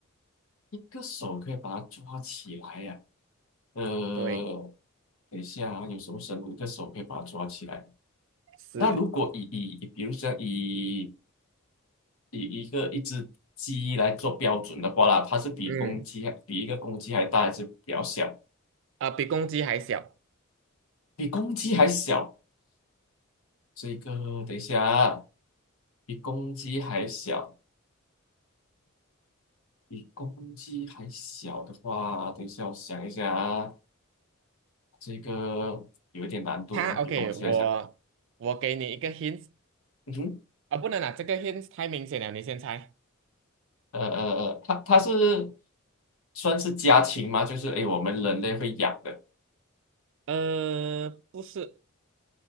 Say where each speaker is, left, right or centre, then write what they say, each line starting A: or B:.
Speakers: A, on the left; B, on the right.
A: 一个手可以把它抓起来呀、呃，
B: 对，
A: 等一下啊，有什么生物一个手可以把它抓起来？
B: 是，
A: 那如果以以以比如说以以一个一只鸡来做标准的话啦，它是比公鸡还比一个公鸡还大，
B: 嗯。
A: 还是比较小？
B: 啊、比公鸡还小。
A: 比公鸡还小？这个等一下啊，比公鸡还小，比公鸡还小的话，等一下我想一下啊，这个有一点难度啊，
B: 它 OK，
A: 比公鸡还小。
B: 我我给你一个 hint
A: 嗯哼，
B: 啊，不能啊，这个 hint 太明显了，你先猜。
A: 呃呃呃，它它是算是家禽吗？就是诶，我们人类会养的，
B: 呃，不是，